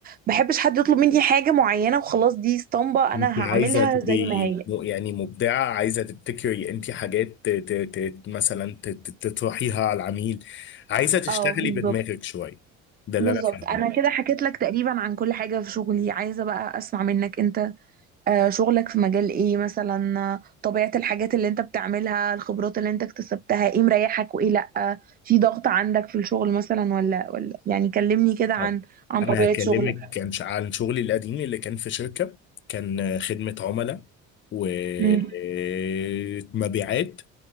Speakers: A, on the right; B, on the left.
A: بحبش حد يطلب مني حاجه معينه وخلاص دي اسطمبه
B: انت
A: انا هعملها
B: عايزة تبقي
A: زي ما هي
B: م- يعني مبدعة عايزة تبتكري انت حاجات ت- ت- ت- مثلا ت- ت- تطرحيها على العميل عايزة تشتغلي
A: اه بالظبط
B: بدماغك شوية ده اللي
A: بالظبط
B: انا فاهمه
A: انا كده حكيت لك تقريبا عن كل حاجه في شغلي عايزه بقى اسمع منك انت آه، شغلك في مجال ايه مثلا آه، طبيعه الحاجات اللي انت بتعملها الخبرات اللي انت اكتسبتها ايه مريحك وايه لا في ضغط عندك في الشغل مثلا ولا ولا يعني كلمني كده عن
B: طب
A: عن
B: انا
A: طبيعه
B: هكلمك
A: شغلك
B: كان ش- عن شغلي القديم اللي كان في شركة كان آه، خدمة عملاء ومبيعات
A: مم.